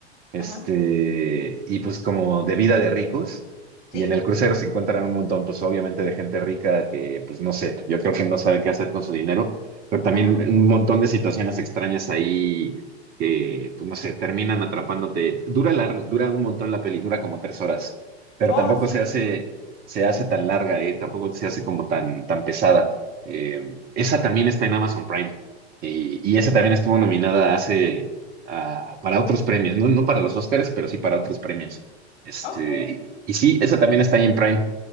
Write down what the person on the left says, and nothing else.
ajá.
Sí.
Ajá.
Oh,
sí.
Ok. Ahí